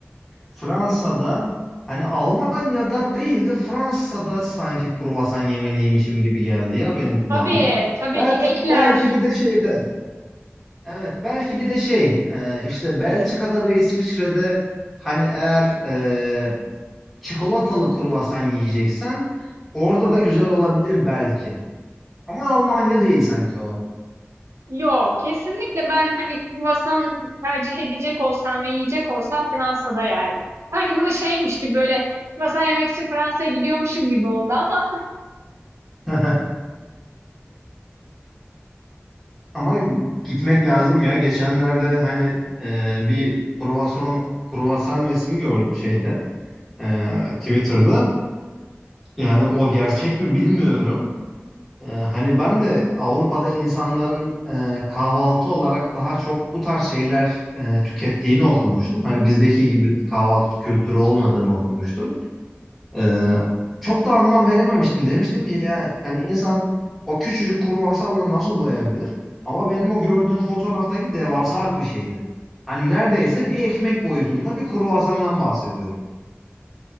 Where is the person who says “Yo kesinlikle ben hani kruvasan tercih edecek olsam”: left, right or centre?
Right